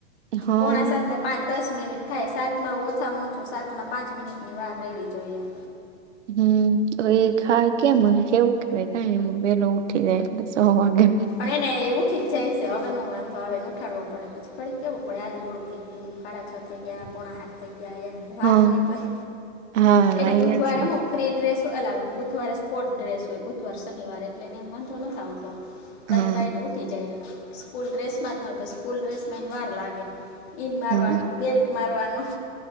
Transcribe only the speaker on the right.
હા
હમ એ ખા કેમ કેવું કેવાય કાઇ વેલો ઉઠી જાય એટલે સો વાગે
હા
હા
અયા
છે
હા
હા